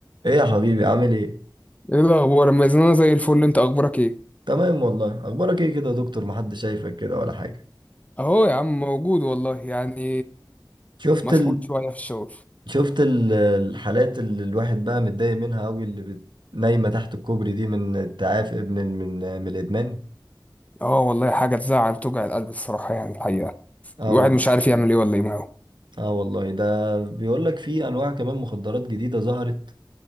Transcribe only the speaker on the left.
ايه الاخبار اما اذا انا زي الفل انت اخبارك ايه
اهو يا عم موجود والله يعني
مسحول
شويه في الشغل
اه والله حاجه تزعل وتوجع القلب الصراحه يعني الحقيقه
الواحد
مش عارف يعمل ايه ولا ايه معاه